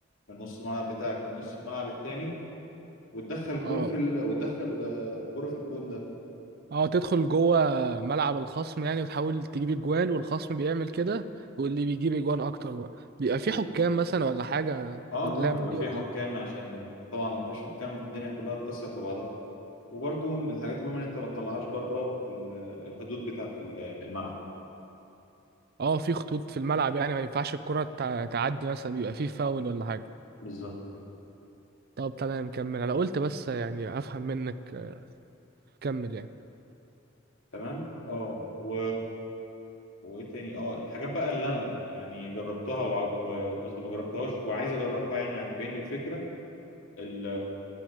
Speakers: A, on the left (about 65°); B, on the right (about 45°).
A: من نص الملعب بتاعك من نص الملعب التاني وتدخل
B: اه
A: جون في ال... وتدخل آه، كرة في الجون ده
B: اه تدخل جوه ملعب الخصم يعني وتحاول تجيب اجوان والخصم بيعمل كده واللي بيجيب اجوان اكتر بقى بيبقى في
A: بالظبط
B: حكام مثلا ولا حاجة
A: اه
B: في اللعبة
A: طبعا بيبقى
B: دي
A: في
B: ولا
A: حكام عشان طبعا لو مفيش حكام الدنيا كلها تكسر في بعضها وبرده من الحاجات المهمة ان انت ما تطلعهاش بره ال- الحدود بتاعة ال- الملعب
B: اه في خطوط في الملعب يعني ما ينفعش الكرة تع- تعدي مثلا بيبقى في فاول ولا حاجة
A: بالظبط كده
B: طب تمام كمل انا قلت بس يعني افهم منك آه، كمل يعني
A: تمام اه و وايه تاني اه الحاجات بقى اللي انا يعني جربتها وع- وقصدي ما جربتهاش وعايز اجربها يعني عجباني الفكرة ال...